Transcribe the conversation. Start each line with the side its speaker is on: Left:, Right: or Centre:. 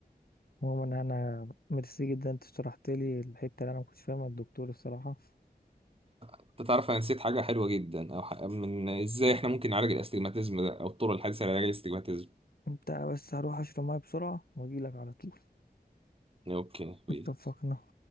Left: عموما انا ميرسي جدا انت شرحت لي الحته اللي انا ما كنتش فاهمها الدكتور الصراحه
Right: انت تعرف انا نسيت حاجه حلوه جدا او ح- من ازاي احنا ممكن نعالج الاستجماتيزم ده او الطرق الحديثه لعلاج الاستجماتيزم
Left: انت بس هروح اشرب ميه بسرعه واجي لك على طول
Right: اوكي بيه.
Left: اتفقنا